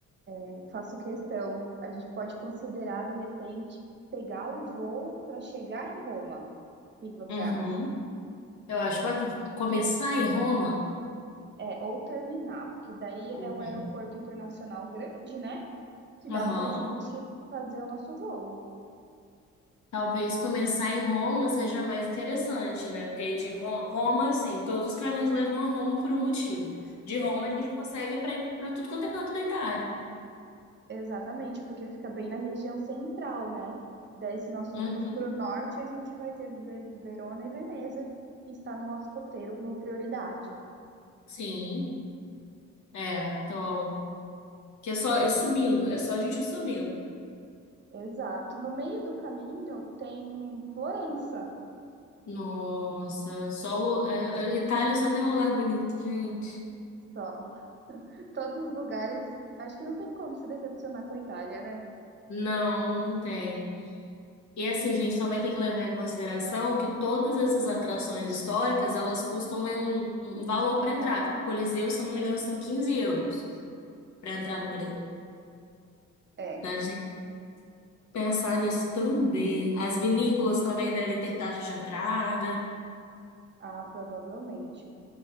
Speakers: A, on the right; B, on the left.
A: Eu faço questão. A gente pode considerar, de repente, pegar o voo para chegar em Roma. O que que você
B: Uhum.
A: acha?
B: Eu acho bacana começar em Roma.
A: É, ou terminar, porque daí
B: Ou
A: é um
B: tem.
A: aeroporto internacional grande, né? Que
B: Aham.
A: dá para a gente fazer o nosso voo.
B: Talvez começar em Roma seja mais interessante, né? Porque aí de Ro- Roma, assim, todos os caminhos levam a Roma por um motivo. De Roma a gente consegue para ir para tudo quanto é canto da Itália.
A: Exatamente, porque fica bem na região central, né? Daí, se nós subirmos
B: Uhum.
A: para o norte, a gente vai ter Ve- Verona e Veneza, que está no nosso roteiro como prioridade.
B: Sim. É, então, que é só é subindo, é só a gente ir subindo.
A: Exato. No meio do caminho tem Florença.
B: Nossa, solo, é, é, Itália só tem um lugar bonito, gente.
A: Só. <laughs> Todos os lugares. Acho que não tem como se decepcionar com a Itália, né?
B: Não, não tem. E assim, gente, também tem que levar em consideração que todas essas atrações históricas, elas custam né, um, um valor para entrar. Tipo, O Coliseu, se eu não me engano, são 15 euros para
A: Hum,
B: entrar no Coliseu.
A: É.
B: Então, a gente tem que pensar nisso também. As vinícolas também devem ter taxa de entrada.
A: Ah, provavelmente.